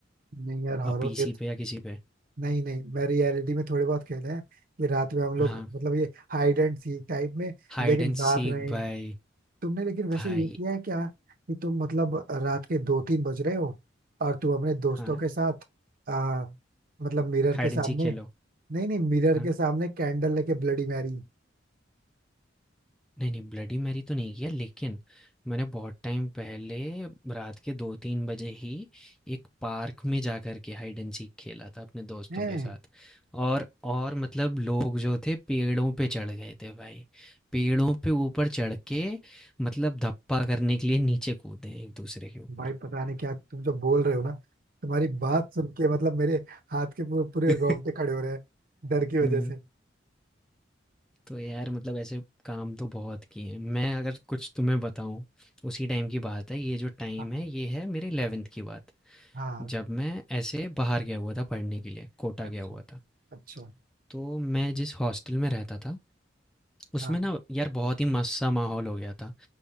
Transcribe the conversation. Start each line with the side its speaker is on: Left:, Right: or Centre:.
Right: नहीं यार
Centre: अ,
Right: हॉरर
Centre: पीसी
Right: गेम
Centre: पे या किसी पे
Right: नहीं नहीं मैं रियलिटी में थोड़े बहुत खेले हैं कि रात में हम
Centre: हाँ
Right: लोग मतलब ये हाइड एंड सीक टाइप में
Centre: हाइड
Right: लेकिन
Centre: एंड सीक
Right: रात में
Centre: भाई
Right: तुमने लेकिन वैसे
Centre: भाई
Right: ये किया है क्या कि तुम मतलब रात के दो तीन बज रहे हो और तुम अपने दोस्तों
Centre: हाँ
Right: के साथ आ, मतलब मिरर
Centre: हाइड
Right: के सामने
Centre: एंड सीक खेलो।
Right: नहीं नहीं मिरर
Centre: हाँ।
Right: के सामने कैंडल लेके ब्लडी मैरी
Centre: नहीं, नहीं ब्लडी मैरी तो नहीं किया लेकिन मैंने बहुत टाइम पहले रात के 2-3 बजे ही एक पार्क में जा कर के हाइड एंड सीक खेला था अपने दोस्तों
Right: हैं
Centre: के साथ। और और मतलब लोग जो थे पेड़ों पे चढ़ गए थे भाई। पेड़ों पे ऊपर चढ़ के मतलब धप्पा करने के लिए नीचे कूदे एक दूसरे के ऊपर।
Right: भाई पता नहीं क्या तुम जो बोल रहे हो ना तुम्हारी बात सुन के मतलब मेरे हाथ के पूरे पूरे
Centre: <laughs>
Right: रोंगटे खड़े हो रहे हैं डर की वजह
Centre: हुँ।
Right: से
Centre: तो यार मतलब ऐसे काम तो बहुत किए हैं। मैं अगर कुछ तुम्हें बताऊं उसी टाइम की बात है ये जो टाइम
Right: हाँ
Centre: है ये है मेरे 11th की बात
Right: हाँ,
Centre: जब मैं ऐसे बाहर गया हुआ था पढ़ने के लिए कोटा गया
Right: अच्छा
Centre: हुआ था
Right: अच्छा
Centre: तो मैं जिस हॉस्टल में रहता था उसमें
Right: हाँ
Centre: ना यार बहुत ही मस्त सा माहौल हो गया था।